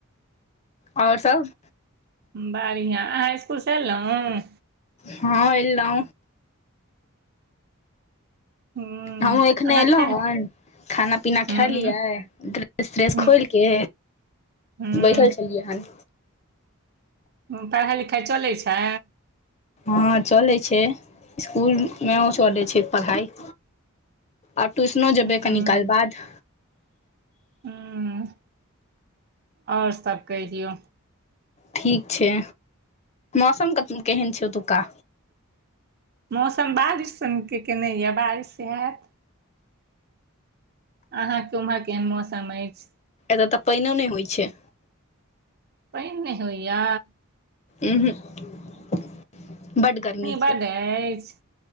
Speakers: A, on the left (about 30°); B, on the right (about 50°).
A: और सब,
B: बढ़िआं अहाँ इस्कुल से एलहुँ?
A: हँ एलहूं।
B: हूँ
A: हमहुँ एखने
B: अहाँ
A: एलहु
B: खेल
A: हन खाना पीना
B: हूँ
A: खेलियै ड़ेस त्रेस
B: हूँ
A: खोल के
B: हूँ
A: बैठल छलियै हन।
B: हू पढ़ाइ लिखाइ चलै छै?
A: हँ चलै छै इसकुल मे ओ चलै छै पढ़ाई। आब ट्यूशनो जेबै
B: हूँ
A: कनि काल बाद।
B: हूं आओर सब कहि दियौ।
A: ठीक छै मौसम केहन छै ओतुका?
B: मौसम बारिश सन के केने यए बारिश हेएत अहाँके उमहर केहन मौसम अछि?
A: एतय तऽ पानिओ नहि होइत छै।
B: पानि नहि होइये।
A: उंहुक बड़ गर्मी छै,
B: बड्ड अछि